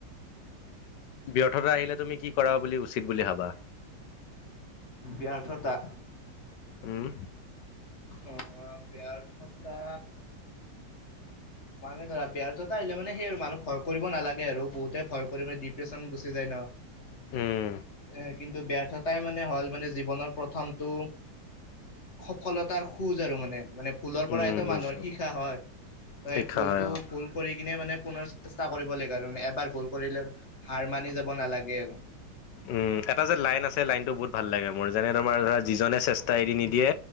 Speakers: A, on the left; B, on the left.
A: ব্যৰ্থতা আহিলে তুমি কি কৰা বুলি উচিত বুলি ভাবা।
B: ব্যৰ্থতা
A: উম
B: অ ব্যৰ্থতা মানে ধৰা ব্যৰ্থতা এনে মানে সেই আৰু মানুহ ভয় কৰিব নালাগে আৰু বহুতে ভয় কৰি মানে ডিপ্ৰেচন গুচি যায় ন।
A: উম
B: এ কিন্তু ব্যৰ্থতাই মানে হল মানে জীৱনৰ প্ৰথমটো। সফলতাৰ খুজ আৰু মানে মানে ভুলৰ পৰা
A: উম
B: টো
A: বুজিছো
B: মানুহে শিকা হয় ত
A: শিক্ষা
B: সেই ভুলতটো
A: হয় অ
B: ভুল কৰি এনে মানে পুনৰ চেষ্টা কৰিব লাগে আৰু মানে এবাৰ ভুল কৰিলে আৰু হাৰ মানি যাব নালাগে আৰু
A: উম এটা যে লাইন আছে লাইনতটো বহুত ভাল লাগে মোৰ যেনে তোমাৰ ধৰা যিজনে চেষ্টা এৰি নিদিয়ে